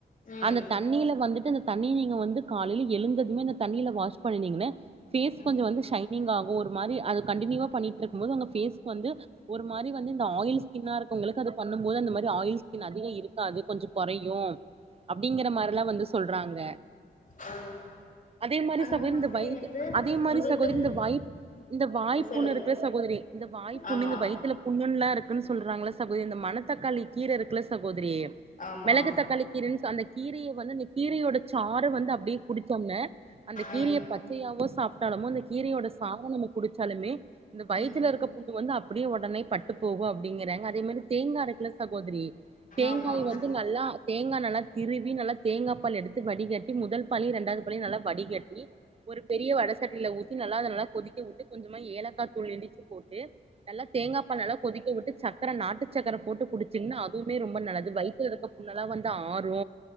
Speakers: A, on the left; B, on the right.
A: ம்
B: அந்த தண்ணில வந்துட்டு அந்த தண்ணி நீங்க வந்து காலில எழுந்ததுமே அந்த தண்ணில வாஷ் பண்ணீங்கன்னா ஃபேஸ்
A: ம்
B: கொஞ்சோ வந்து சைனிங் ஆகு ஒரு மாரி அது கண்டினியூவா பண்ணிட்டு இருக்கும் போது உங்க ஃபேஸ் வந்து ஒரு மாரி வந்து ஆயில் ஸ்கின்னா இருக் வங்களுக்கு அது பண்ணும் போது அந்த மாரி ஆயில் ஸ்கின் அதிக இருக்காது கொஞ்சோ கொறையு அப்டிங்கற மாரில்லா வந்து சொல்றாங்க
A: ஆ
B: அதே மாரி
A: அந்த
B: சகோதரி
A: மாதிரி
B: இந்த வைய்
A: வந்து
B: அதே மாரி
A: முகத்துக்
B: சகோதரி இந்த வைய் இந்த வாய்ப்புண்ணு
A: ஆ சொல்லுங்க
B: இருக்குல்ல சகோதரி இந்த வாய்ப்புண்ணு
A: ஆமா
B: இந்த வயித்துல புண்ணுன்னுல்லா இருக்குன்னு சொல்றாங்கள சகோதரி இந்த மணத்தக்காளி கீர இருக்குல சகோதரி
A: ஆமா
B: மெளகு தக்காளி கீரன்னு அந்த கீரையை வந்து இந்த கீரையோட சாறு வந்து அப்டியே குடிச்சம்னே அந்த கீரைய
A: ம்
B: பச்சையாவோ சாப்ட்டாலுமோ அந்த கீரையோட சார நம்ம குடிச்சாலுமே இந்த வயித்துல
A: ம்
B: இருக்க புண்ணு வந்து அப்டியே ஒடனே பட்டு போகு அப்டிங்கிறாங்க அதே மாரி தேங்கா இருக்குல்ல சகோதரி தேங்காய
A: ஆமா
B: வந்து நல்லா தேங்கா நல்லா திருவி நல்லா தேங்கா பால் எடுத்து வடிகட்டி முதல் பாலையு ரெண்டாவது பாலையு நல்லா வடிகட்டி ஒரு பெரிய வட சட்டில ஊத்தி நல்லா அத நல்லா கொதிக்க வுட்டு கொஞ்சமா ஏலக்காய் தூள் இடிச்சு போட்டு நல்லா தேங்கா பால் நல்லா கொதிக்க வுட்டு சக்கர நாட்டு சக்கர போட்டு குடிச்சிங்கன்னா அ அதுவுமே ரொம்ப நல்லது வயித்துல இருக்குற புண்ணெல்லா வந்து ஆரு